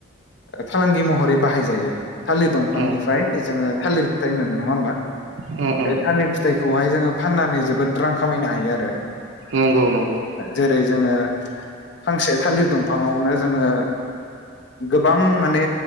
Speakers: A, on the left; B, on the right.
A: फालांगि महरै बाहायजायो थालिर दंफांनिफ्राय
B: उम
A: जोङो थालिर फिथाइ मोनो नङा होमबा
B: उम उम
A: बे थालिर फिथ फिथाइखौहाय जोङो फाननानै जोबोद रां खामायनो हायो आरो
B: नंगौ नंगौ
A: जेरै जोङो फांसे थालिर दंफाङावनो जोङो गोबां माने